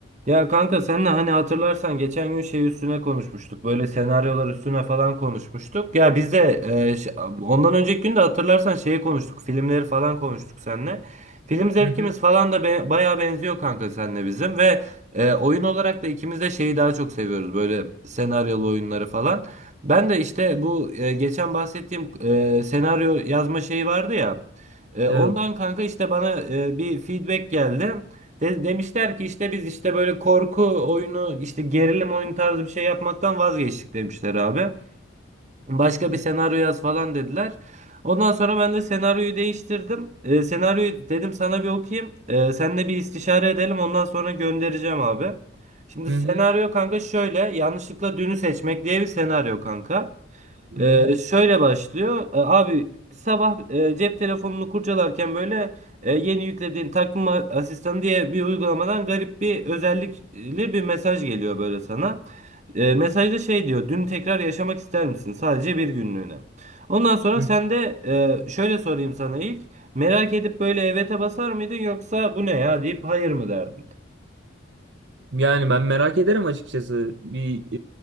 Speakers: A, on the right; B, on the right.
A: Ya kanka senle hani hatırlarsan geçen gün şey üstüne konuşmuştuk. Böyle senaryolar üstüne falan konuşmuştuk. Ya biz de e, ş- ondan önceki gün de hatırlarsan şeyi konuştuk. Filmleri falan konuştuk seninle. Film zevkimiz
B: Hı hı.
A: falan da be, bayağı benziyor kanka seninle bizim ve e, oyun olarak da ikimiz de şeyi daha çok seviyoruz. Böyle senaryolu oyunları falan. Ben de işte bu e, geçen bahsettiğim e, senaryo yazma şeyi vardı ya. E,
B: Evet.
A: ondan kanka işte bana e, bir feedback geldi. De- demişler ki işte biz işte böyle korku oyunu işte gerilim oyunu tarzı bir şey yapmaktan vazgeçtik demişler abi. Başka bir
B: Hı
A: senaryo yaz falan dediler. Ondan sonra ben de senaryoyu değiştirdim. Ee, senaryoyu dedim sana bir okuyayım. Ee, seninle bir istişare edelim ondan sonra göndereceğim abi. Şimdi
B: hı.
A: senaryo kanka şöyle yanlışlıkla dünü seçmek diye bir senaryo kanka.
B: Hı
A: Ee,
B: hı.
A: şöyle başlıyor. Ee, abi sabah e, cep telefonunu kurcalarken böyle e, yeni yüklediğin takvim asistanı diye bir uygulamadan garip bir özellikli bir mesaj geliyor böyle sana. E, mesajda şey diyor. Dün tekrar yaşamak ister misin? Sadece bir günlüğüne. Ondan sonra
B: Hı
A: sen
B: hı.
A: de e, şöyle sorayım sana ilk. Merak edip böyle evet'e basar mıydın yoksa bu ne ya deyip hayır mı derdin?
B: Yani ben merak ederim açıkçası. Bir